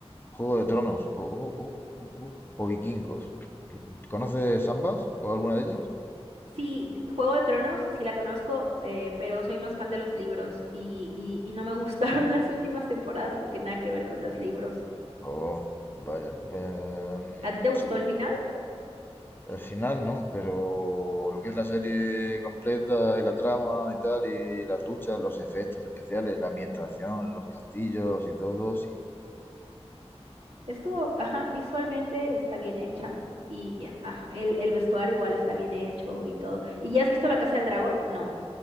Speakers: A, on the left (about 20°); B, on the right (about 75°).
A: Juego de Tronos o, o- o- o- o- o Vikingos. ¿Conoces ambas o alguna de ellas?
B: Sí, de- Juego de Tronos, sí la conozco, eh, pero soy más fan de los libros y, y, y no me gustaron <laughs> las últimas temporadas porque nada que ver con los libros.
A: Oh, vaya. em,
B: ¿A ti te gustó
A: sí,
B: el final?
A: El final no, pero lo que es la serie completa y la trama y tal, y las luchas, los efectos especiales, la ambientación, los castillos y todo, sí.
B: Esto, ajá, visualmente está bien hecha. Y, y, ajá, el, el vestuario igual está bien hecho y todo. ¿Y ya has visto La Casa del Dragón? No.